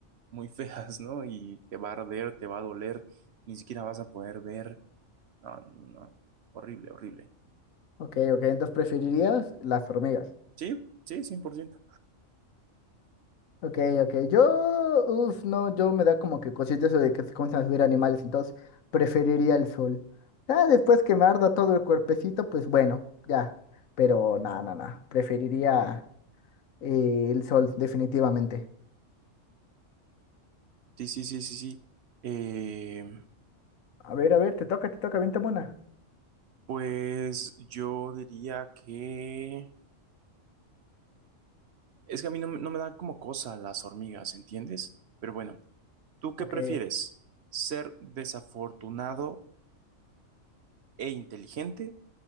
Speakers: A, on the right; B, on the left.
A: muy <laughs> feas, ¿no? Y te va a arder, te va a doler, ni siquiera vas a poder ver. No, no, no. Horrible, horrible.
B: Ok, ok, entonces preferirías las hormigas.
A: Sí, sí, 100%.
B: Ok, ok, yo, uff, no, yo me da como que cosita eso de que se comienzan a subir animales, entonces preferiría el sol. Ya después que me arda todo el cuerpecito, pues bueno, ya, pero nada, nada, nada, preferiría eh, el sol, definitivamente.
A: Sí, sí, sí, sí, sí. Eh,
B: A ver, a ver, te toca, te toca, vente buena.
A: pues yo diría que... Es que a mí no, me no me dan como cosa las hormigas, ¿entiendes? Pero bueno, ¿tú qué
B: Ok.
A: prefieres? ¿Ser desafortunado e inteligente